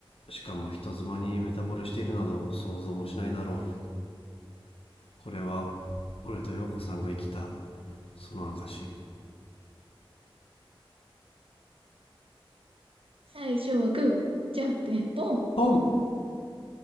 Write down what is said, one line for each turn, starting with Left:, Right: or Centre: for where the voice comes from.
Left: しかも人妻にベタ惚れしているなど想像もしないだろうこれは俺と陽子さんが生きたその証
Right: 最初はグー、じゃんけんポン。
Left: ポン